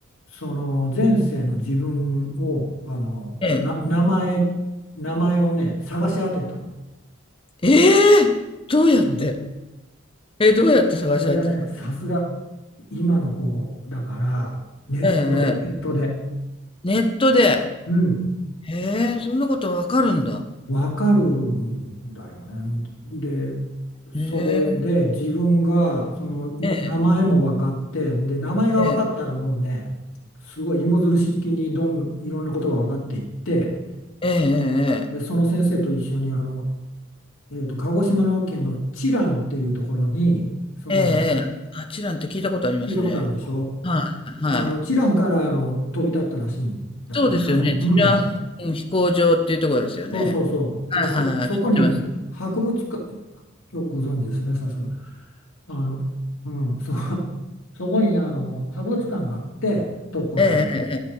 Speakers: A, on the left; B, on the left.
A: その前世の自分を、あの、
B: ええ、
A: な、名前、名前をね、探し当てたの。
B: ええどうやって、
A: うん
B: え、どうやって探し合ってたの
A: それがね、さすが今の子だから、ネットで、
B: ええ、
A: ネットで。
B: ええネットで。
A: うん。
B: へえ、そんなことわかるんだ。
A: わかるんだよね。で、それで自分がその名前も分かって、
B: へえ、ええ、
A: で、名前が分かったらもうね、
B: ええ、
A: すごい芋づる式にどん、いろんなことが分かっていって、
B: ええ、
A: で、その先生と一緒にあの、えーと、鹿児島の県の知覧っていうところに、その、
B: ええ、ええ、ええあちらんって聞いたことありますね。
A: 聞いたことあるでしょ
B: はい、はい。
A: あの、知覧からあの飛び立ったらしいんだよね。
B: そうですよね。
A: あの、
B: 治安、
A: うん。
B: うん、飛行場っていうところですよね。
A: そうそうそう。
B: はいはいはい、
A: で、そ、そこに博物館、
B: 知ってます。
A: よくご存知ですね、さすが。あの、うん、そ、<laughs> そこにあの博物館があって、特攻隊の。
B: えええ